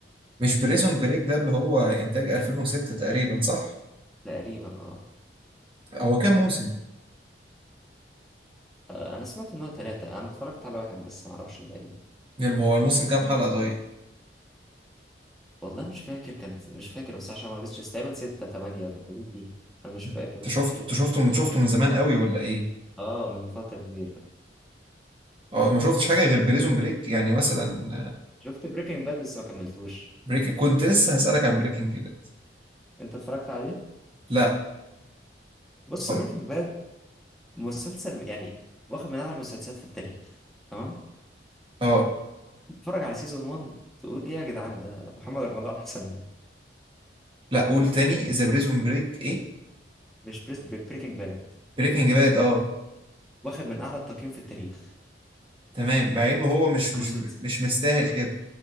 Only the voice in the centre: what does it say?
تقريبا اه
آه، أنا سمعت إن هو تلاتة أنا اتفرجت على واحد بس معرفش الباقيين
والله مش فاكر كان مش فاكر بس عشان ما بس تقريبا ستة تمانية في الحدود دي أنا مش فاكر
مش
متذكر
اه من فترة كبيرة
شفت بريكنج باد بس ما كملتوش
أنت اتفرجت عليه؟
بص
بريكنج باد مسلسل يعني واخد من أعلى المسلسلات في التاريخ تمام؟
اتفرج على سيزون 1 تقول إيه يا جدعان ده محمد رمضان أحسن منه
مش بريكنج باد
واخد من أعلى التقييم في التاريخ
ده
مسلسل